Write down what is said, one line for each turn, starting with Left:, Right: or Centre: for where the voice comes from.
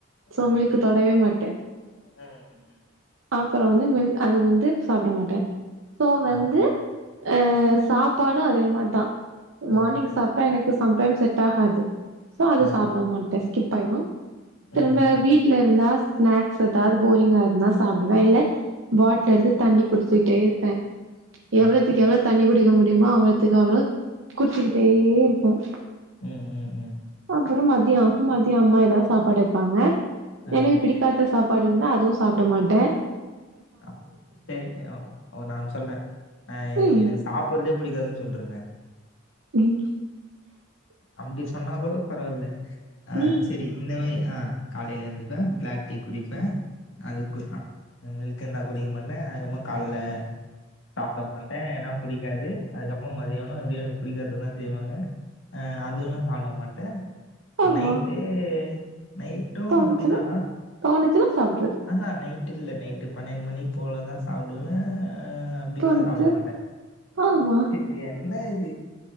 Right: சோ
Left: ஆ
Right: மில்க தொடவே மாட்ட
Left: ம் ம்.
Right: அப்புறம் வந்து மில்க் அது வந்து சாப்பட மாட்ட சோ வந்து
Left: ஆ
Right: அ சாப்பாடும் அதே மார்தா
Left: ஆ
Right: மார்னிங் சாப் டா எனுக்கு சம்டைம்ஸ் செட் ஆகாது சோ அது
Left: ஆ
Right: சாப்ட மாட்ட ஸ்கிப் ஆயிரும்
Left: ஆ
Right: திரும்ப
Left: ம்
Right: வீட்லருந்தா ஸ்நாக்ஸ் ஏதாது போரிங்கா இருந்தா சாப்டுவ இல்ல பாட்ல எடுத்து தண்ணி குடுச்சிட்டே இருப்ப எவ்ளோத்துக்கு
Left: ஆ
Right: எவ்ளோ தண்ணி குடிக்க முடியுமோ அவ்ளோத்துக்கு அவ்ளோ குச்சிக்கிட்டே இருப்ப
Left: ம் ம் ம்
Right: அப்புறம் மத்தியாகும் மத்யம் அம்மா ஏதா சாப்பாடு வப்பாங்க
Left: ஆ
Right: எனுக்கு பிடிக் பாத்த சாப்பாடு இருந்தா அதுவும் சாப்ட மாட்ட
Left: ஆ சரி நா ஒன்னு சொல்ற அ
Right: ம்
Left: எனுக் சாப்புற்தே புடிகாதுன் சொல்றுங்க
Right: ம்
Left: அப்டி சொன்னா கூட பரவால்ல ஆ
Right: ம்
Left: செரி இந்த மாரி ஆ காலைல ஏந்துப்பே பிளாக் டீ குடிப்பே அதுக்கு ம் இக்கன்னா குடி மன்னே அதுமார் கால்ல சாப்ட மால் டே ஏனா புடிகாது அதுக்கப்புறம் மத்தியானம் எப்டி எனுக் புடிக்காதுதா செய்வாங்க அ அதுவும் நா சாப்ட மாட்டே இப்ப
Right: ஆமா
Left: நைட்டு நைட்டும்
Right: தோணுச்சுன்னா
Left: அப்டிதா
Right: தோணுச்சுன்னா சாப்டுற்ருது
Left: அஹ நைட்டு இல்ல நைட்டு பன்னென்டு மணி போலதா சாப்டுவே டின்னா
Right: தோணுச்சு
Left: சாப்டவுமாட்டே
Right: ஆமா
Left: இது என்ன இது